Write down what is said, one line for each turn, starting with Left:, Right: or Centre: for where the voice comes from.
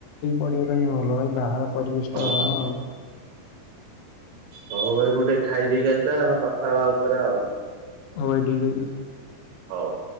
Left: ପଢିବା ଟା ହଁ ଭଲ ଭାଇ ବାହାର ପରିବେଶ
Right: ହଁ
Left: ଟା ଭଲ ଆଉ।
Right: ହଉ ଭାଇ ମୁଁ ଟିକେ ଖାଇଦେଇକି ଆସିବା ଆମେ କଥା ହବା ଉପରେ ଆଉ।
Left: ହଉ ଠିକ ଅଛି।
Right: ହଉ।